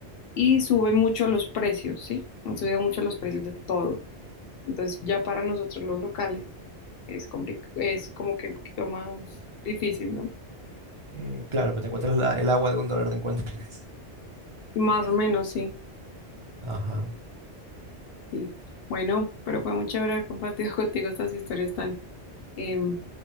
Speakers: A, on the left; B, on the right.
A: Y suben mucho los precios, ¿sí? Han subido mucho los precios de todo. Entonces ya para nosotros los locales es compli- es como que un poquito más difícil, ¿no?
B: Mm, claro, pero te encuentras la- el agua de un dólar, te encuentras.
A: Más o menos, sí,
B: Ajá.
A: sí. Bueno, pero fue muy chévere haber compartido <laughs> contigo estas historias tan em,